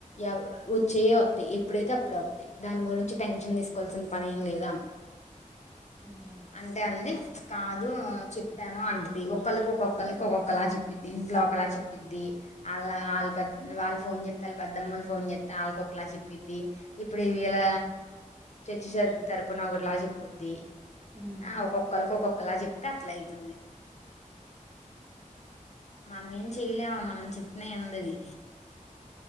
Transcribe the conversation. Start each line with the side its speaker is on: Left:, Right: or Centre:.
Left: ఎవ్ వొచ్చేయే వొత్తయి ఎప్పుడైతే అప్పుడే ఓత్తయి దాని గురించి టెన్షన్ తీసుకోవాల్సిన పనేం లేదు అన్న
Right: ఉమ్,
Left: అంటే అంది కాదు చెప్పాను అంటది ఒక్కళ్ళకి ఒక్కొక్కళ్లకి ఒక్కొక్కలా చెప్ పిద్ది ఇంట్లో
Right: తప్పకూడదు
Left: ఒకలా చెప్పిద్ది ఆళ్ళ ఆల్ పెద్ వాళ్ ఫోన్ జేత్తల్ పెద్దమ్మలు ఫోన్ జేత్ తాలకొక్కలా చెప్పిద్ది ఇప్పుడు ఇవాళ చచ్చి చర్ తరపున ఒకటిలా చెప్పుద్ది
Right: ఉమ్,
Left: ఆ ఒక్కొక్కలక్ ఒకొక్ ఒకలా జెప్తే అట్లైతుంది మనమేం చెయ్లేం మనం చెప్పినా ఇన్దది